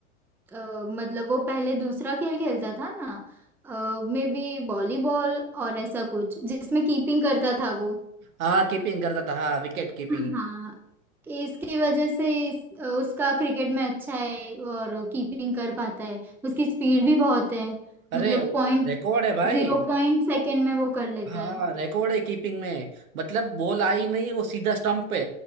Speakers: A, in the centre; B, on the right.
A: अ, मतलब वो पहले दूसरा खेल खेलता था ना मे बी वॉलीबॉल और ऐसा कुछ जिसमें कीपिंग करता था वो
B: हाँ कीपिंग करता था हाँ विकेट कीपिंग
A: हाँ कि इसकी वजह से इस, अ, उसका क्रिकेट में अच्छा है और कीपिंग कर पाता है उसकी स्पीड भी बहुत है
B: अरे
A: मतलब पॉइंट
B: रिकॉर्ड है भाई
A: जीरो पॉइंट सेकेंड में वो कर लेता
B: हाँ
A: है
B: रिकॉर्ड है कीपिंग में मतलब बॉल आई नहीं वो सीधा स्टंप पे